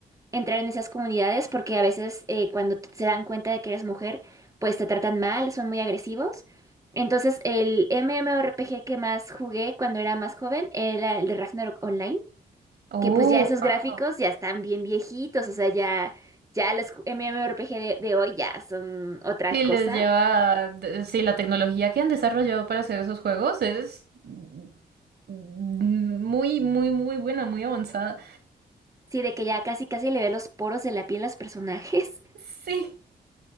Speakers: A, on the right; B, on the right.
A: entrar en esas comunidades porque a veces eh, cuando t- se dan cuenta de que eres mujer, pues te tratan mal, son muy agresivos. Entonces, el MMORPG que más jugué cuando era más joven era el de Ragnarok Online,
B: Oh,
A: que pues ya esos
B: wow.
A: gráficos ya están bien viejitos, o sea, ya, ya los ju- MMORPG de, de hoy ya son otra
B: Sí,
A: cosa.
B: les lleva, de- sí, la tecnología que han desarrollado para hacer esos juegos es mm, muy, muy, muy buena, muy avanzada.
A: Sí, de que ya casi casi le ve los poros de la piel a los personajes.
B: Sí.